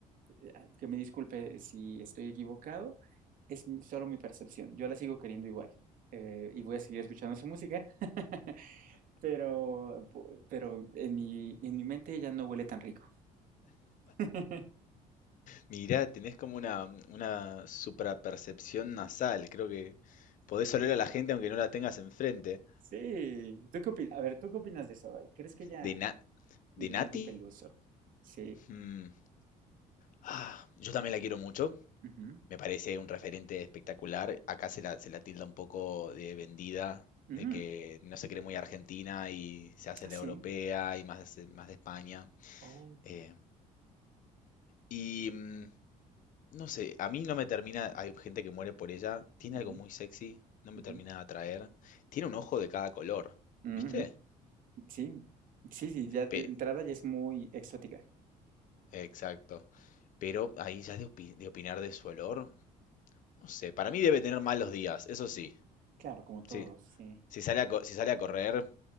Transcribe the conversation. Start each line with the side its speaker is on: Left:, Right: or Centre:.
Right: eh, ah, que me disculpe si estoy equivocado, es mi- solo mi percepción. Yo la sigo queriendo igual eh, y voy a seguir escuchando su música, <laughs> pero, po- pero en mi, en mi mente ya no huele tan rico. <laughs>
Left: Mirá, tenés como una, una suprapercepción nasal. Creo que podés oler a la gente aunque no la tengas enfrente.
Right: Sí, ¿tú qué opinas? A ver, ¿tú qué opinas de eso? ¿Crees que ya...
Left: De, na
Right: De
Left: de Nati.
Right: Nati Peluso. Sí.
Left: mm, ah, yo también la quiero mucho.
Right: Ujú.
Left: Me parece un referente espectacular. Acá se la, se la tilda un poco de vendida,
Right: Mm.
Left: de que no se cree muy argentina y se hace
Right: Ah,
Left: la
Right: sí.
Left: europea y más, de- más de España.
Right: Oh.
Left: Eh, y mm, No sé, a mí no me termina, hay gente que muere por ella, tiene
Right: Ujú,
Left: algo muy sexy, no me
Right: ujú,
Left: termina de atraer, tiene un ojo de cada color,
Right: ujú.
Left: ¿viste?
Right: Sí. Sí, sí, ya de
Left: Pe-
Right: entrada ya es muy exótica.
Left: exacto, pero ahí ya de, opi- de opinar de su olor, no sé, para mí debe tener malos días, eso sí,
Right: Claro, como todos,
Left: sí,
Right: sí.
Left: si sale a, co- si sale a correr,